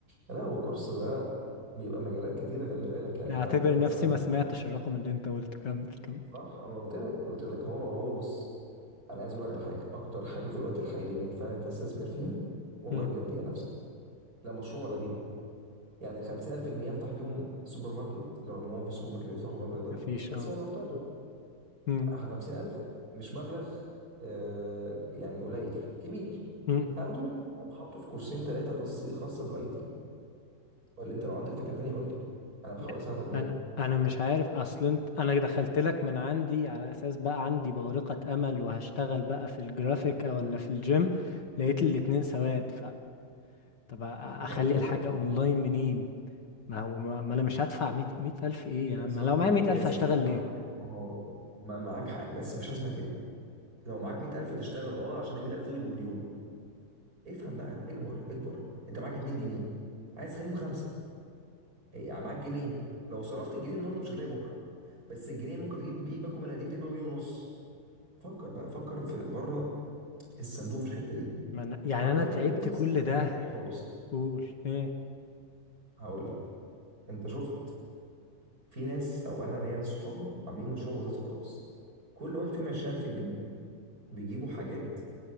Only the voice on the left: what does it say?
اعتبر
نفسي ما سمعتش الرقم اللي انت قلته كمل كمل
مم.
مفيش
اه
مم.
مم.
يا.
انا انا مش عارف اصل انت انا دخلت لك من عندي على اساس بقى عندي بورقة امل وهشتغل بقى في الجرافيك او ولا في الجيم لقيت الاتنين سواد ف طب أ- اخلي
الحاجة
اونلاين منين ما هو ما ما انا مش هدفع مية مية الف ايه يا عم
أنا لو معايا
مية الف هشتغل
ليه
ما أنا... يعني
انا
تعبت
كل
ده
قول ايه